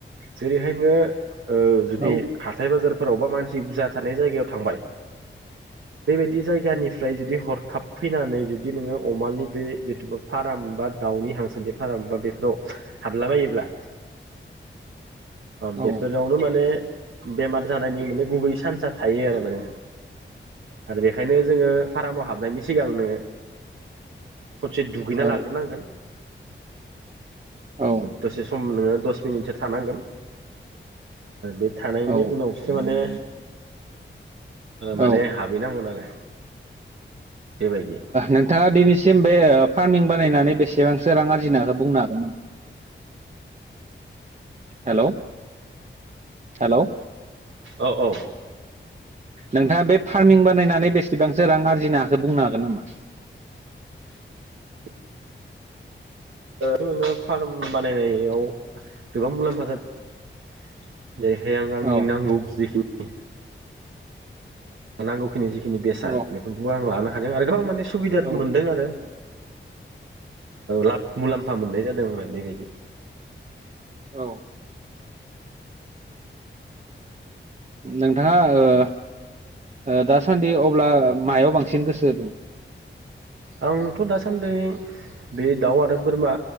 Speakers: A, on the right (about 80°); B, on the right (about 35°).
A: जेरैहाय नोङो जुदि
B: औ
A: हाथाय बाजारफोरावबा मानसि बुरजा थानाय जायगायाव थांबाय। बेबायदि जायगानिफ्राय जुदि हरखाब फैनानै जुदि नोङो अमानि बे जिथुुबा फार्म बा दाउनि हांसोनि फार्म बा बेफोराव हाबलाबायोब्ला
B: औ
A: बेफोरावनो माने बेमार जानायनि माने गुबै चान्सआ थायो आरो माने आरो बेखायनो जोङो फारामाव हाबनायनि सिगांनो खनसे दुगैना
B: औ
A: लाग्रोनांगोन
B: औ
A: दसे सम नोङो दस मिनिटसो थानांगोन बे थानायनि
B: औ
A: उनावसो माने माने
B: ओ
A: हाबहैनांगोन आरो। बेबायदि
B: नोंथाङा दिनैसिम बे फारमिं बानायनानै बेसेबांसो रां आरजिनाखौ बुंनो हागोन नामा हेल' हेल'।
A: औ औ।
B: नोंथाङा बे फारमिं बानायनानै बेसेबांसो रां आरजिनो हाखो बुंनो हागोन नामा
A: <unintelligible> नोङो फार्म बानायनायाव गोबां मुलाम्फा जादों। जैहाय आं आंनि
B: औ
A: नांगौ जिखिनि नांगौखिनि जिखिनि बेसाद
B: औ
A: बेबो आं लानो हादों आरो गोबां माने सुबिदा
B: औ
A: मोनदों आरो। लाब मुलाम्फा मोननाय जादों आरो बेबायदि
B: औ। नोंथाङा ओ दासान्दि अब्ला मायाव बांसिन गोसो होदों
A: आंथ' दासान्दि बे दाउ आरो बोरमा